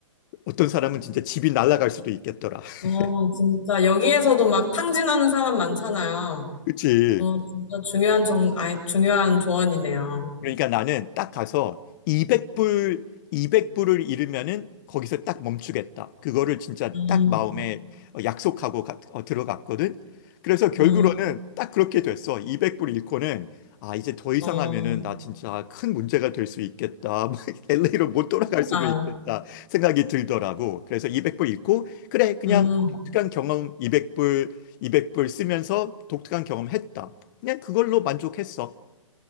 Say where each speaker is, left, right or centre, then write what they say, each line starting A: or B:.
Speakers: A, on the left; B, on the left.
A: 어떤 사람은 진짜 집이 날아갈 수도 있겠더라. <laughs>
B: 어, 진짜 여기에서도 막 탕진하는 사람 많잖아요.
A: 그치?
B: 어, 진짜 중요한 정, 아이, 중요한 조언이네요.
A: 그러니까 나는 딱 가서 200불, 200불을 잃으면은 거기서 딱 멈추겠다. 그거를 진짜
B: 음,
A: 딱 마음에 어, 약속하고 가- 어, 들어갔거든. 그래서 결국으로는
B: 음,
A: 딱 그렇게 됐어. 200불 잃고는 아, 이제 더 이상
B: 어,
A: 하면은 나 진짜 큰 문제가 될 수 있겠다. <laughs> LA로 못 돌아갈
B: 그러니까,
A: 수도 있겠다 생각이 들더라고. 그래서 200불 잃고 그래, 그냥
B: 음,
A: 독특한 경험 200불, 200불 쓰면서 독특한 경험 했다. 그냥 그걸로 만족했어.